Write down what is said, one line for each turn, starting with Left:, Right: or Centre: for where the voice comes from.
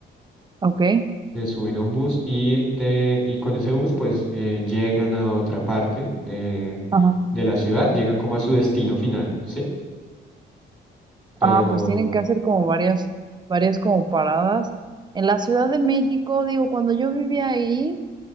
Right: ok.
Centre: se suben a un bus y, de, y con ese bus pues eh, llegan a otra parte de,
Right: Ajá.
Centre: de la ciudad, llegan como a su destino final, ¿sí? Pero,
Right: Ah, pues tienen que hacer como varias, varias como paradas. En la Ciudad de México, digo, cuando yo vivía ahí.